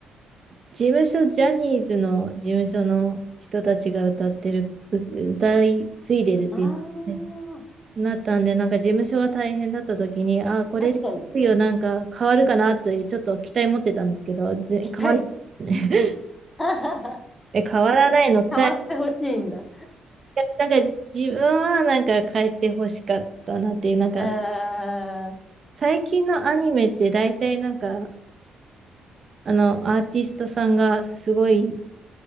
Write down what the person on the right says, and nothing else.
事務所、ジャニーズの事務所の人たちが歌ってる、う歌い継いでるっていうね
なったんで、なんか事務所が大変だった時に、ああ、これでいよ、
なんか変わるかなという、ちょっと期待持ってたんですけど、ぜ変わらないですね。
え、変わらないのかい。
なんか自分はなんか変えてほしかったなっていう、なんか
最近のアニメって大体なんかあのアーティストさんがすごい